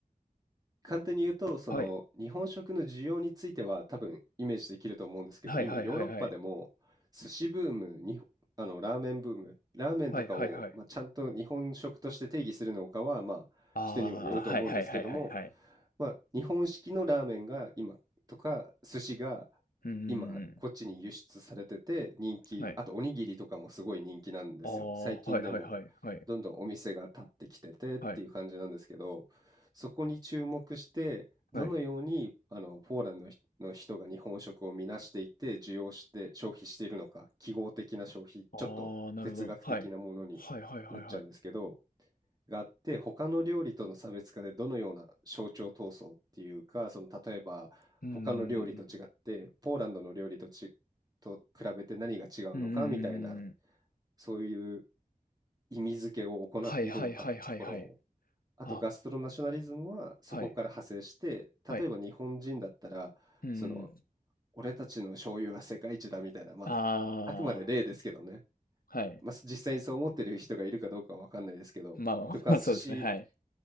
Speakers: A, on the right; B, on the left.
A: 簡単に言うと、その日本食の需要については多分イメージできると思うんですけど、
B: はい。はいはいはいはい。
A: 今ヨーロッパでも寿司ブーム、にあのラーメンブーム、ラーメンとかを、
B: はいはいはい。
A: まあ、ちゃんと日本食として定義するのかは、まあ、
B: ああ、
A: 人にはよると思うんですけども、
B: はいはいはいはいはい。
A: まあ、日本式のラーメンが今とか寿司が
B: うんうんうんうん。
A: 今こっちに輸出されてて人気、
B: はい。
A: あとおにぎりとかもすごい人気なんですよ。
B: ああ、
A: 最近でもどんどんお店が立ってきててっていう感じなんですけど、
B: はいはいはいはい。はい。
A: そこに注目して、
B: はい。
A: どのようにあのポーランドの人の人が日本食を見なしていて、需要して消費しているのか、記号的な消費、
B: ああ、
A: ちょっと哲学的なものになっちゃうんですけど、
B: なるほど。はい。はいはいはいはい。
A: があって、他の料理との差別化でどのような象徴闘争っていうか、その例えば他の料理と違って、
B: うーん。
A: ポーランドの料理とち、と比べて何が違うのかみたいな、
B: うんうんうんうんうん。
A: そういう意味付けを行っているのかってところを
B: はいはいはいはいはい。
A: あとガストロナショナリズムはそこから派生して、
B: あ、はい。はい。
A: 例えば日本人だったら、
B: うんうん。
A: その、俺たちの醤油は世界一だみたいな、まあ、
B: ああ、
A: あくまで例ですけどね、
B: はい。
A: まあ、実際にそう思ってる人がいるかどうかは分かんないですけど、
B: まあまあまあ、
A: とか、寿司、
B: そうですね、はい。